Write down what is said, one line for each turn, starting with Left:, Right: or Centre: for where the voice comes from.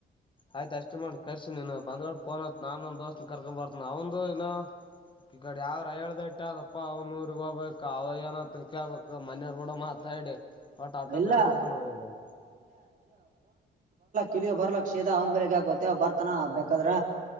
Left: ಆಯ್ತಾ ಅಷ್ಟು ಮಾಡಿ ಕರ್ಸಿ ನೀನು ಬಂದ ಫೋನ್ ಹಾಕು ನಾ ನಂದ ದೋಸ್ತ್ನ ಕರ್ಕೊ ಬರ್ತನ ಅವನು ಇನ ಈ ಕಡೆ ಯಾವ್ರ ಏಳು ಬೆಟ್ಟ ಅದಪ್ಪ ಅವ್ನೂಊರ್ಗ್ ಹೋಗ್ಬೇಕಕ್ ಅವ ಏನತ್ರ ಕೇಳ್ಬೇಕ ಮನೆಯವರ್ ಕೂಡ ಮಾತಾಡಿ ಹ ಟಾಟಾ
Right: ಇಲ್ಲ
Left: ಬೆಕ್ ಅಂತ ನಮಿಗೆ
Right: ಇಲ್ಲಿಗ ಬರ್ಲಕ್ಷೀದ ಅವ್ನ್ ಬೇಗ್ ಹಾಕೋತ್ತ ಅವ ಬರ್ತಾನ ಬೇಕಾದ್ರ